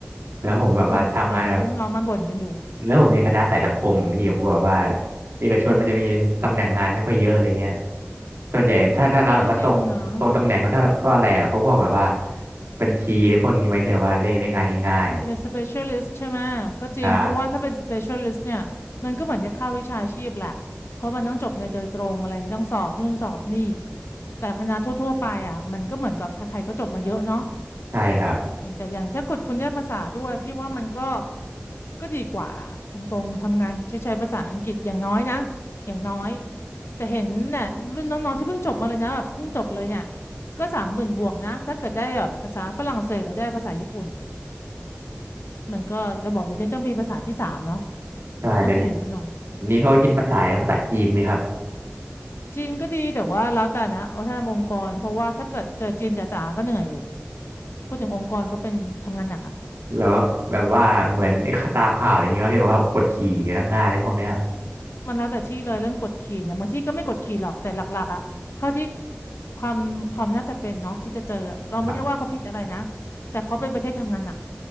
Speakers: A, on the right; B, on the left.
A: แล้วผมแบบว่าทำงานแบบ
B: อืมเห็นรุ่นน้องมันบ่นกันอยู่
A: แล้วผมเรียนคณะสายสังคมพี่ผมก็แบบว่าเอกชนมันจะมีตำแหน่งงานไม่ค่อยเยอะอะไรเงี้ย ส่วนใหญ่ถ้าถ้ารับแบบว่าตรงตรงตำแหน่งก็ถ้าก็อะไรอ่ะก็พวกแบบว่า
B: อืมก็จริงเนาะ
A: บัญชีได้พวกนี้ไหมที่แบบว่าได้ได้งานง่าย
B: จะเป็น specialist ใช่ไหมก็จริงเพราะว่าถ้าเป็น
A: ๆใช่
B: specialist เนี่ยมันก็เหมือนจะเข้าวิชาชีพแหละเพราะมันต้องจบในโดยตรงอะไรอย่างงี้ต้องสอบนู่นสอบนี่แต่คณะทั่วๆไปอ่ะมันก็เหมือนกับใครๆก็จบมาเยอะเนาะ
A: ใช่ครับ
B: อย่างแต่อย่างถ้าคุณคุณได้ภาษาด้วยพี่ว่ามันก็ ก็ดีกว่าล่ะตรงๆทำงานใช้ใช้ภาษาอังกฤษอย่างน้อยนะอย่างน้อยแต่เห็นเนี่ยรุ่นน้องๆที่เพิ่งจบมาเลยนะแบบเพิ่งจบเลยเนี่ยก็สามหมื่นบวกนะถ้าเกิดได้แบบภาษาฝรั่งเศสหรือได้ภาษาญี่ปุ่นมันก็จะบอกเดี๋ยต้องมีภาษาที่สามเนาะ
A: ใช่เดี๋ยวนี้
B: ก็ต้องแข่งกันหน่อย
A: นี้เขาคิดภาษาภาษาจีนไหมครับ
B: จีนก็ดีแต่ว่าแล้วแต่นะเอาถ้าทำองค์กรเพราะว่าถ้าเกิดเจอจีนจ๋าๆก็เหนื่อยอยู่พูดถึงองค์กรเขาเป็นทำงานหนักอะ
A: แบบว่าแบบว่าเหมือนไอ้ตามข่าวอะไรอย่างเงี้ยเขที่แบบว่ากดขี่พนักงานอะไรพวกเนี้ย
B: มันแล้วแต่ที่เลยเรื่องกฎขี่เนี่ยบางที่ก็ไม่กฎขี่หรอกแต่หลักๆอะเขาที่ ความความน่าจะเป็นเนาะที่จะเจอเราไม่ได้ว่าเขาผิดอะไรนะ
A: ครับ
B: แต่เขาเป็นประเทศทำงานหนัก